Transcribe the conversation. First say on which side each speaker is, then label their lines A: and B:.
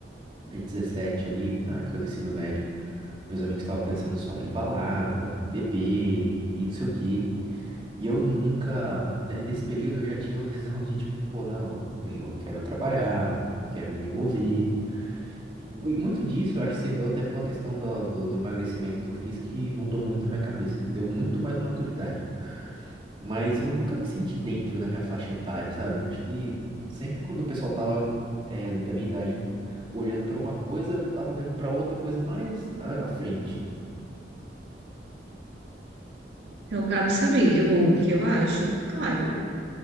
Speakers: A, on the right (about 30°); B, on the right (about 70°).
A: e 17 ali, na época do ensino médio, meus amigos estavam pensando só em balada, beber e não sei o quê. E eu nunca, ne- nesse período eu já tinha uma <laughs> visão de tipo, pô, não, eu tenho- eu quero trabalhar, eu quero me desenvolver. E, mu- e muito disso eu acho que se deu até pela questão do, do emagrecimento que eu fiz, que mudou muito a minha cabeça, deu muito mais maturidade. Mas eu nunca me senti dentro da minha faixa etária, sabe? Eu acho que sempre quando o pessoal tava, é, da minha idade olhando pra uma coisa, eu já tava olhando pra outra coisa mais à, à frente.
B: Então, Gabi, sabe eu, o que eu acho? Claro,